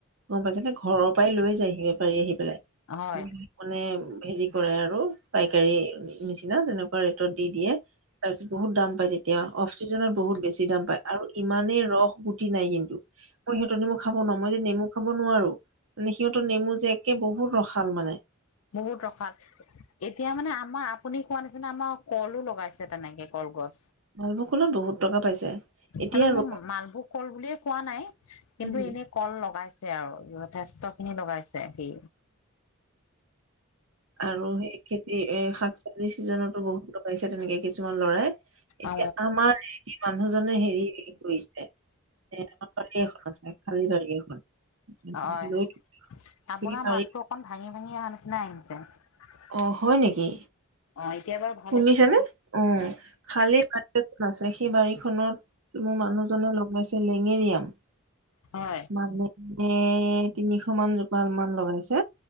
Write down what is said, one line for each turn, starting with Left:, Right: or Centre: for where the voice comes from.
Right: গম পাইছে নে, ঘৰৰ পৰাই লৈ যায়হি, বেপাৰী আহি পেলাই।
Left: হয়
Right: মানে হেৰি কৰে আৰু, পাইকাৰী নিচিনা, তেনেকুৱা ৰেটত দি দিয়ে। তাৰ মপিছত বহুত দাম পায় তেতিয়া, অফ চিছনত বহুত বেছি দাম পায়। আৰু ইমানেই ৰস গুটি নাই কিন্তু, মই সিহঁতৰ নেমু খাব নোৱাৰো, মই যে নেমু খাব নোৱাৰো। মানে সিহঁতৰ নেমু যে, একে বহুত ৰসাল মানে।
Left: বহুত ৰসাল। এতিয়া মানে, আমাৰ, আপুনি কোৱা নিচিনা, আমাৰ কলো লগাইছে তেনেকে, কলগছ।
Right: মালভোগ কলত বহুত টকা পাইছে। এতিয়া
Left: মানে মই,
Right: ৰ
Left: মালভোগ কল বুলিয়ে কোৱা নাই, কিন্তু
Right: উম,
Left: এনে কল লগাইছে আৰু, যথেষ্ট খিনি লগাইছে সি।
Right: আৰু সেই খেতি এ শাক-চবজি ছিজনতো বহুত লগাইছে তেনেকে কিছুমান ল'ৰাই। এতিয়া
Left: অ
Right: আমাৰ এই এ মানুহজনে হেৰি কৰিছে <unintelligible> <unintelligible> <unintelligible> <unintelligible> লৈ
Left: অ হয়, উম চি আপোনাৰ
Right: সেই বাৰী
Left: মাতটো অকন ভাঙি ভাঙি অহাৰ নিচিনা আহিছে আহ আ।
Right: অ হয় নেকি?
Left: অ এতিয়া বাৰু ভা
Right: শুনিছানে উ উ উ উ খালি বাৰী না আছে সেই বাৰীখনত মোৰ মানুহজনে লগাইছে লেঙেৰি আম
Left: হয়।
Right: মানে এ এ এ এ এ এ এ তিনিশ মান জোপাল মান লগাইছে।